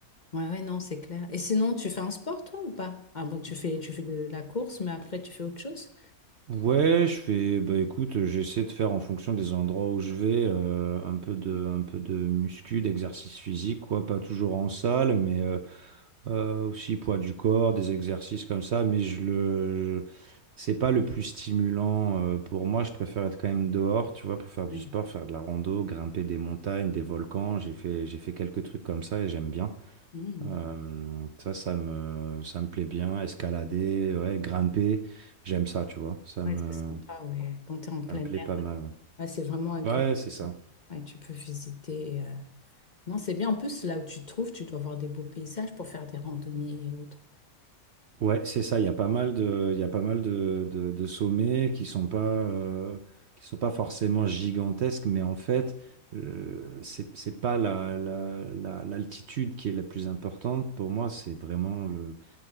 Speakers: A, on the left; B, on the right.
A: Ouais, ouais, non, c'est clair. Et sinon, tu fais un sport, toi, ou pas? Ah bon, tu fais, tu fais de la course, mais après, tu fais autre chose?
B: Ouais, je fais, bah écoute, j'essaie de faire en fonction des endroits où je vais, euh, un peu de, un peu de muscu, d'exercice physique, quoi, pas toujours en salle, mais euh, euh, aussi poids du corps, des exercices comme ça, mais je le, c'est pas le plus stimulant euh, pour moi, je préfère être quand même dehors, tu vois, pour faire
A: Ouais.
B: du sport, faire de la rando, grimper des montagnes, des volcans, j'ai fait, j'ai fait quelques trucs comme ça et j'aime bien.
A: Mm.
B: Euh, ça, ça me, ça me plaît bien, escalader, ouais, grimper, j'aime ça, tu vois, ça
A: Ouais,
B: me
A: c'est sympa, ouais. Quand tu es en plein
B: ça me
A: air,
B: plaît pas
A: ouais.
B: mal, ouais.
A: Ouais, c'est vraiment agréable.
B: Ouais, c'est ça.
A: Ouais, tu peux visiter. euh. Non, c'est bien. En plus, là où tu te trouves, tu dois avoir des beaux paysages pour faire des randonnées et autres.
B: Ouais, c'est ça. Il y a pas mal de, il y a pas mal de, de, de sommets qui sont pas, euh, qui sont pas forcément gigantesques, mais en fait, euh, c'est, c'est pas la, la, la- l'altitude qui est la plus importante. Pour moi, c'est vraiment le,